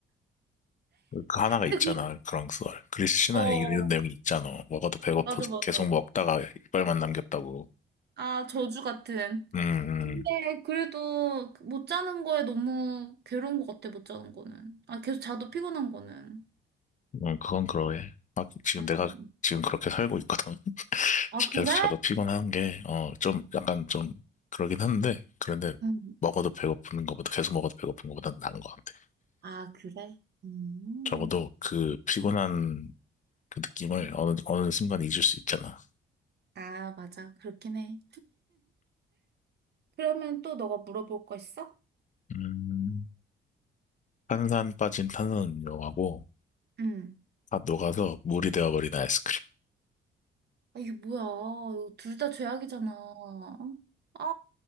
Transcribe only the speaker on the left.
그 하나가 있잖아.
그런 썰. 그리스 신화에
이런 내용이 있잖아. 먹어도 배고프
계속 먹다가 이빨만 남겼다고.
음, 음,
음, 그건 그러해. 아, 지금
내가 지금 그렇게 살고 있거든. <laughs>
계속 자도 피곤한 게, 어, 좀 약간 좀 그러긴 한데, 그런데
먹어도 배고픈 것보다 계속 먹어도 배고픈 것보다 나은 것 같아.
적어도 그 피곤한 그 느낌을 어느 어느 순간 잊을 수 있잖아.
음. 탄산 빠진 탄산음료하고
다 녹아서 물이 되어버린 아이스크림.